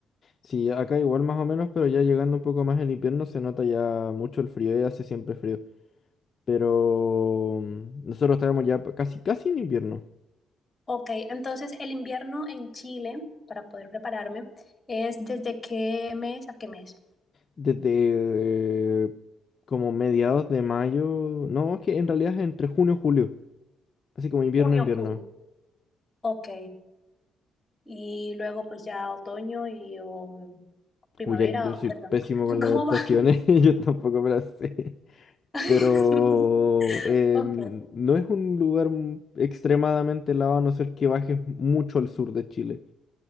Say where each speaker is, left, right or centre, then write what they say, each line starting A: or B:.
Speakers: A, on the left; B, on the left.
A: Sí, acá igual más o menos, pero ya llegando un poco más el invierno se nota ya mucho el frío y hace siempre frío. Pero mm, nosotros estábamos ya pa- casi, casi en invierno.
B: Ok, entonces el invierno en Chile, para poder prepararme, es desde qué mes a qué mes?
A: Desde eh, como mediados de mayo. No, es que en realidad es entre junio y julio. Así como invierno,
B: Junio,
A: invierno.
B: julio. Ok. Y luego pues ya otoño y o primavera,
A: Uy, ahí yo
B: o-
A: soy
B: perdón.
A: pésimo
B: <laughs>
A: con las
B: ¿Cómo
A: estaciones.
B: va?
A: <laughs> Yo tampoco me las sé.
B: <laughs>
A: Pero em,
B: Ok,
A: no es un lugar m- extremadamente helado a no ser que bajes mucho al sur de Chile.